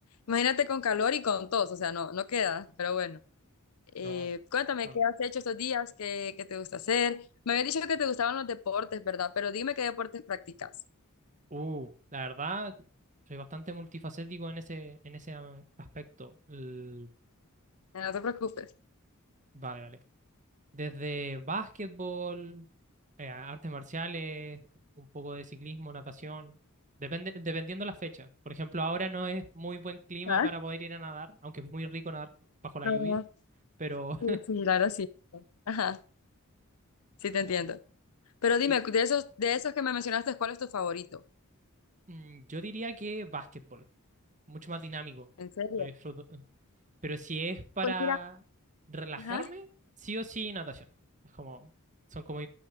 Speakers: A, on the left; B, on the right.
A: Imagínate con calor y con tos, o sea, no, no queda, pero bueno. Eh,
B: No,
A: cuéntame,
B: claro.
A: ¿qué has hecho estos días? ¿Qué, qué te gusta hacer? Me habías dicho que te gustaban los deportes, ¿verdad? Pero dime qué deportes practicas.
B: Uh, la verdad, soy bastante multifacético en ese, en ese ah, aspecto. L-
A: Eh, No te preocupes.
B: vale, vale. Desde básquetbol, eh, artes marciales, un poco de ciclismo, natación, depende, dependiendo la fecha. Por ejemplo, ahora no es muy buen clima
A: Ah,
B: para poder ir a nadar, aunque es muy rico nadar bajo la
A: no,
B: lluvia, pero
A: sí, sí, claro, sí. Ajá, sí te entiendo. Pero dime,
B: <laughs> y-
A: de esos, de esos que me mencionaste, ¿cuál es tu favorito?
B: mm, yo diría que básquetbol, mucho más dinámico,
A: ¿En serio?
B: lo disfruto. Pero si es para
A: Pues mira.
B: relajarme,
A: Ajá.
B: sí o sí natación. Es como, son como